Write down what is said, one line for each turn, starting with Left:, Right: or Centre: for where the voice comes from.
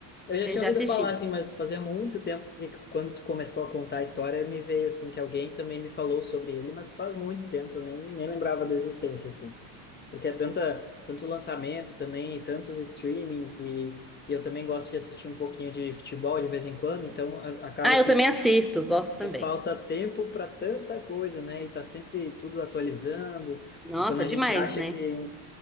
Left: Eu já
Centre: Eu
Left: tinha
Centre: já
Left: ouvido
Centre: assisti.
Left: falar, assim, mas fazia muito tempo que quando tu começou a contar a história, me veio, assim, que alguém também me falou sobre ele, mas faz muito tempo, eu nem, nem lembrava da existência, assim. Porque é tanta, tanto lançamento também, e tantos streamings, e, e eu também gosto de assistir um pouquinho de futebol de vez em quando, então a- acaba
Centre: Ah,
Left: que,
Centre: eu também assisto, gosto
Left: que
Centre: também.
Left: falta tempo para tanta coisa, né? E tá sempre tudo atualizando,
Centre: Nossa,
Left: e quando a
Centre: demais,
Left: gente acha
Centre: né?
Left: que,